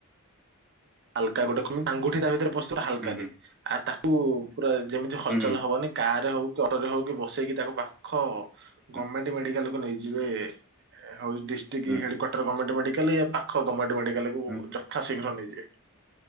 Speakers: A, on the right; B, in the centre.
A: ହାଲକା ଗୋଟେ ଖୁ ତାଙ୍କ ଆଙ୍ଗୁଠି ତା ଭିତରେ ପଶୁଥିବ ହାଲକାରେ
B: ହୁଁ ହୁଁ
A: ଆ ତାକୁ ପୁରା ଯେମିତି ହଲଚଲ
B: ହୁଁ
A: ହବନି। କାରେ ହଉ କି ଅଟୋରେ ହଉ କି ବସେଇକି ତାକୁ ପାଖ ଗଭର୍ଣମେଣ୍ଟ
B: ହୁଁ ହୁଁ
A: ମେଡିକାଲକୁୁ ନେଇଯିବେ। ହଉ ଡିଷ୍ଟ୍ରିକ୍
B: ହୁଁ
A: ହେଡ କ୍ୱାର୍ଟରର ଗଭମେଣ୍ଟ ମେଡ଼ିକାଲେ ୟା ପାଖ ଗଭମେଣ୍ଟ ମେଡିକାଲକୁୁ
B: ହୁଁ
A: ଯ ଥା ଶୀଘ୍ର ନେଇଯିବେ।